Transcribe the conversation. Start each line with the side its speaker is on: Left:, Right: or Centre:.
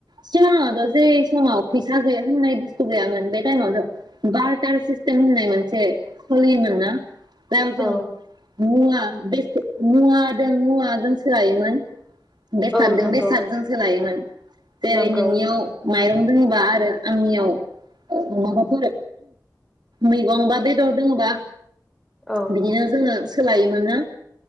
Right: सिगाङावथ' जे समाव फैसा गैया होननाय बुस्थु गैयामोन बे टाइमावथ' बारटार सिस्टेम होननाय मोनसे सलियोमोनना दा
Centre: औ
Right: जों मुवा बेसाद मुवा दों मुवा जों सोलायोमोन। बेसादजों
Centre: औ नंगौ
Right: बेसादजों सोलायोमोन जेरै
Centre: नंगौ
Right: नोंनियाव माइरं दङोबा आरो आंनियाव माबाफोर मैगं बा बेदर दङोबा
Centre: औ
Right: बिदिनो जोङो सोलायोमोन ना